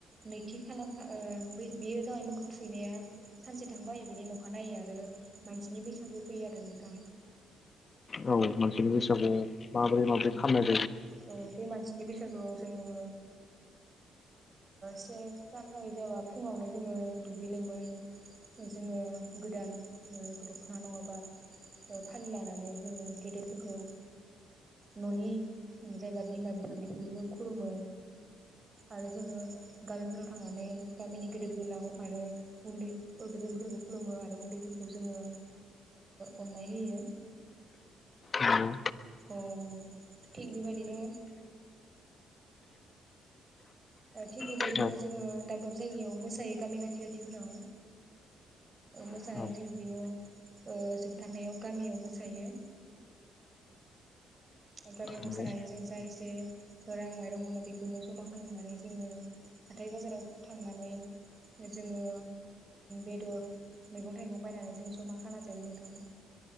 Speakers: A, on the right (about 30°); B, on the left (about 40°).
A: नैथि खालारखौ ओ बै बेयो जाबाय मोखौ थुखैनाया सानसे थांबाय बिनि अखानायै आरो मानसिनि बैसागु फैयो आरो नोंथा।
B: औ मानसिनि बैसागुआव माबोरै माबोरै खामनाय
A: अ बे मानसिनि बेैसागुआव जोङो से जानुवारि जाबा फुङावनो जोङो दुगै लोमै जोङो गोदान दख'ना नङाबा फालि लानानै जोङो गेदेरफोरखौ न'नि जायबा बिमा बिफा बेखौ जों खुलुमो आरो जोङो गामिफोराव थांनानै गामिनि गेदेर गोलाव आरो उन्दै गेदेरफोरखौ खुलुमो आरो उन्दैफोरखौ जोङो अननाय होयो।
B: नंगौ
A: अ थिग बेबायदिनो थिग बेबायदिनो
B: औ
A: जोङो दाब दाब जायगायाव मोसायो गामि खाथि खाथिफोराव मोसानानै
B: औ
A: जों बिदिनो जोबथारनायाव गामियाव मोसायो गामियाव मोसानानै
B: नंगौ
A: जों जा एसे रां माइरं मोनो बेखौनो जमा खालामनानै जोङो हाथाय बाजाराव थांनानै जोङो बेदर मैगं थाइगं बायनानै जों जमा खाना जायो नोंथां।